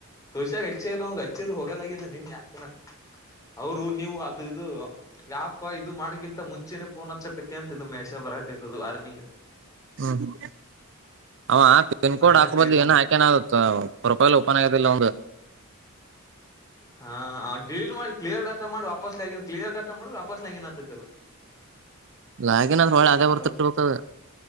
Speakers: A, on the left; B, on the right.
A: ತುಷ್ಯಾರ್ ಹೆಚ್ಚಿಲ್ಲ ಅವ ಹಚ್ಚಿರ್ ಹೋಗಲಾಗಿದ್ದ ನಿನ್ ಯಾಕ ಅವರು ನೀವು ಅದು ಇದು ವ್ಯಾಪ ಇದು ಮಾಡಕಿಂತ ಮುಂಚೆನೆೇ ಪೋನ ಅಚ್ಚಕಂತ್ಯ ಅಂತಿದು ಮಹೇ ಬರತೈತದು ಆರ್ನಿಂಗ್-
B: ಹ್ಮ್ ಹ್ಮ ಅವ ಪಿನ್ ಕೋಡ್
A: ಇನ
B: ಹಾಕಬದ್ಲು
A: ಕ್ರಿಯೇಟ್
B: ಏನ್
A: ಮಾಡ
B: ಆಖ್ಯಾನ <unintelligible> <unintelligible> ಒಪನ್ ಆಗದಿಲ್ಲ ಅವ್ನ್ದ
A: ಹಾ ಡಿಲೀಟ್ ಮಾಡಿ ಕ್ಲಿಯರ್ ಡಾಟ ಮಾಡಿ ವಾಪಸ್ ಕ್ಲಿಯರ್ ಡಾಟ ಮಾಡ ವಾಪಸ್ಗ ಲೋಗಿನ್ -- ಗತ್ತತಲ್ಲ
B: ಲಾಗಿನ್ ಅದ್ರ ಒಳೆ ಅದೇ ಬರ್ತಿರ್ಬೇಕ
A: ಹೌ